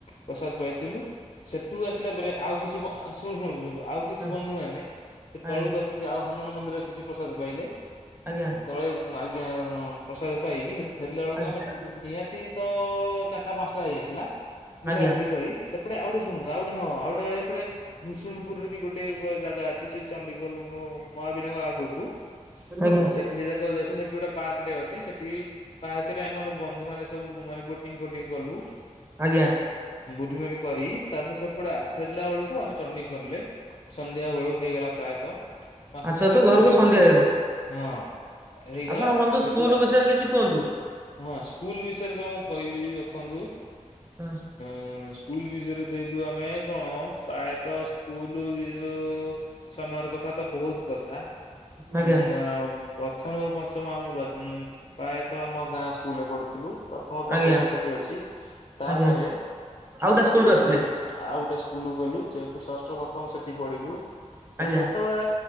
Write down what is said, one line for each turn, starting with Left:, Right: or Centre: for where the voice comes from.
Left: ପ୍ରସାଦ ପାଇଥିଲୁ। ସେଠୁ ଆସିଲା ପରେ ଆଉ କିଛି, ଶୁଣୁ ଶୁଣୁ, ଶୁଣନ୍ତୁ ଆଉ କିଛି
Right: ହଁ
Left: ବନ୍ଧୁ ମାନେ ସେ ତଳକୁ
Right: ଆଜ୍ଞା
Left: ଆସିକି ଆଉ ହନୁମାନ ମନ୍ଦିର ରେ କିଛି ପ୍ରସାଦ ପାଇଲେ।
Right: ଆଜ୍ଞା
Left: ତଳେ ଆଜ୍ଞା ପ୍ରସାଦ ପାଇକି ହେଠୁ ଫେରିଲା ବେଳକୁ
Right: ଆଜ୍ଞା
Left: ଆମେ ନିହାତି ତ ଚାରିଟା ପାଞ୍ଚଟା ହେଇଯାଇଥିଲା। ବୁଲାବୁଲି
Right: ଆଜ୍ଞା
Left: କରି ସେପଟେ ଆଉ ଗୋଟେ ଶୁଣନ୍ତୁ, ଆ ହଁ ଆଉ ଗୋଟେ ଏପଟେ ଭୂଷୁଣୁପୁରୁ ବି ଗୋଟେ ଜାଗା ଅଛି। ସେ ଚଣ୍ଡି ମହାବିନାୟକ ଆଗକୁ
Right: ଆଜ୍ଞା
Left: ସେ ଟି ସେ ଜାଗାକୁ ଯାଇଥିଲୁ ସେଠି ଗୋଟେ ପାର୍କ ଟେ ଅଛି। ସେଠି ପାର୍କ କେରେ ଆମର ବନ୍ଧୁ ମାନେ ସବୁ ମାନେ ବୋଟିଂ ଫୋଟିଂ କଲୁ।
Right: ଆଜ୍ଞା।
Left: ବୁଢି ମରି କରି ତାପରେ ସେପଡେ ଆ ଫେରଲା ବେଳକୁ ଆମେ ଚଣ୍ଡି ଧରିଲେ ସନ୍ଧ୍ୟା ବେଳୁ ହେଇଗଲା ପ୍ରାୟତଃ। ପାଞ୍ଚଟା
Right: ଆସୁ
Left: ଛଅଟା
Right: ଆସୁ ଘରୁକୁ
Left: ସନ୍ଧ୍ୟାବେଳୁ
Right: ସନ୍ଧ୍ୟା ହେଇଗଲା।
Left: ହଁ ହେଇଗଲା
Right: ଆପଣ ବନ୍ଧୁ
Left: ସେଠୁ
Right: ସ୍କୁଲ ବିଷୟରେ କିଛି କୁହନ୍ତୁ?
Left: ହଁ ସ୍କୁଲ ବିଷୟରେ ତମକୁ କହିବି ରଖନ୍ତୁ।
Right: ହୁଁ‌।
Left: ହୁଁ ସ୍କୁଲ ବିଷୟରେ ଯେହେଦୁ ଆମେ କଣ ପ୍ରାୟତଃ ସ୍କୁଲ ଯୋଉ ତମୟର କଥାତ ବହୁତ୍ କଥା
Right: ଆଜ୍ଞା
Left: ଉଁ ଆମ୍ ପ୍ରଥମରୁ ପଞ୍ଚମ ଆମ <unintelligible> ପ୍ରାୟତଃ ଆମ ଗାଁ ସ୍କୁଲରେ ପଢ଼ିଥିଲୁ ପ୍ରଥମ ପଞ୍ଚମ
Right: ଆଜ୍ଞା
Left: ଯାଏଁ ସେଠି ଅଛି। ତାପରେ
Right: ଆଜ୍ଞା। ଆଉ ଗୋଟେ ସ୍କୁଲକୁ ଆସି
Left: ଆମେ
Right: ଥିଲେ?
Left: ଆଉ ଗୋଟେ ସ୍କୁଲ କୁ ଗଲୁ ଯେହେତୁ ଷଷ୍ଠ ରୁ ସପ୍ତମ ସେଠି ପଢିଲୁ। ସ
Right: ଆଜ୍ଞା
Left: ସେତେବେଳେ